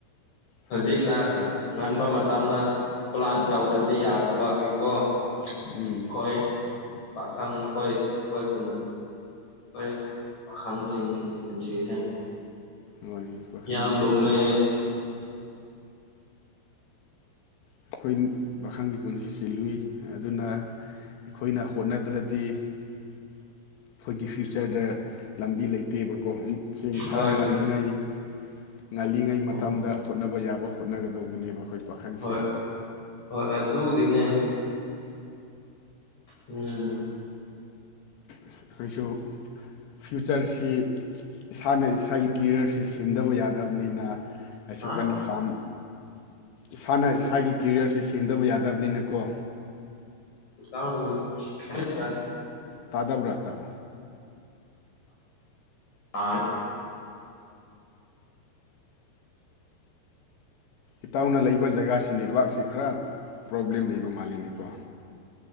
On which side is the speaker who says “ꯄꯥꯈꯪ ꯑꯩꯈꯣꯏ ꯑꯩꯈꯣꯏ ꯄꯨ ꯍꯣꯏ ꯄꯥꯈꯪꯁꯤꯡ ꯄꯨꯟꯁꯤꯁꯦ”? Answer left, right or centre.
Left